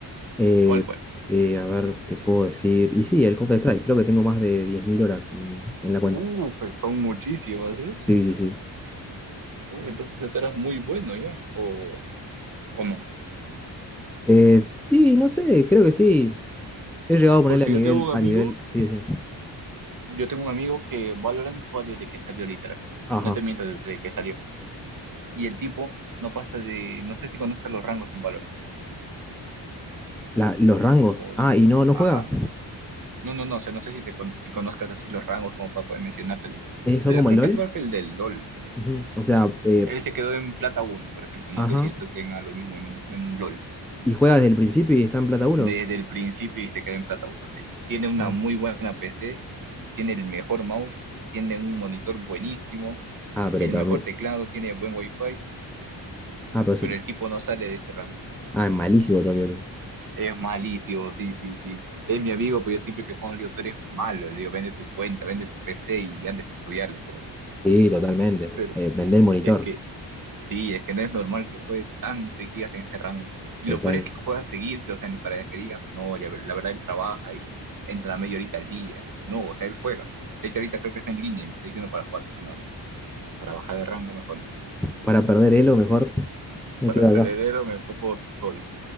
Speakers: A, in the centre; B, on the right.
A: Eh,
B: ¿Cuál fue?
A: eh, a ver, te puedo decir. Y sí, el Counter-Strike, creo que tengo más de 10.000 horas en, en la cuenta.
B: Uh, pues son muchísimas, ¿eh?
A: Sí, sí, sí.
B: Uh, Entonces tú eras muy bueno ya, o, o no.
A: Eh, sí, no sé, creo que sí. He llegado a ponerle
B: Porque
A: a nivel,
B: yo tengo un
A: a
B: amigo,
A: nivel, sí, decime.
B: yo tengo un amigo que Valorant juega desde que salió literal.
A: Ajá.
B: No te miento, desde que salió. Y el tipo no pasa de, no sé si conozcas los rangos en Valorant.
A: La- los rangos.
B: O
A: Ah,
B: si,
A: y no, no
B: ajá.
A: juega.
B: No, no, no, o sea, no sé si te con- si conozcas así los rangos como para poder mencionártelos.
A: Eh, son
B: Pero
A: como
B: creo
A: el LOL.
B: que es igual que el del LOL.
A: Ujú. O sea, eh,
B: Él se quedó en plata uno, por ejemplo.
A: ajá.
B: No sé si esto tenga lo mismo en, en LOL.
A: Y juega desde el principio y está en plata uno
B: Desde el principio y se queda en plata uno, sí. Tiene una
A: Ah,
B: muy buena PC, tiene el mejor mouse, tiene un monitor buenísimo,
A: Ah, pero
B: el
A: también.
B: mejor teclado, tiene buen wifi,
A: Ah, pero es
B: pero
A: un-
B: el tipo no sale de ese rango.
A: Ah, es malísimo todavía.
B: Es malicio, sí, sí, sí. Es mi amigo, pero yo siempre que juego en Liga, tú eres malo. Le digo, vende tu cuenta, vende tu PC y anda a estudiar, le juego.
A: Sí, totalmente.
B: Pero
A: Eh, vender el monitor.
B: es que Sí, es que no es normal que juegue tanto y sigas en ese rango. Y
A: Total.
B: lo peor es que juega seguido, o sea, ni para que digas, no, la, la verdad él trabaja y entra a media horita al día. No, o sea, él juega. De hecho, ahorita creo que está en línea, y me está diciendo para jugar, pero no, no. Para bajar de rango mejor no.
A: Para perder elo, mejor me
B: Para
A: quedo
B: perderero
A: acá.
B: me fue juego solo.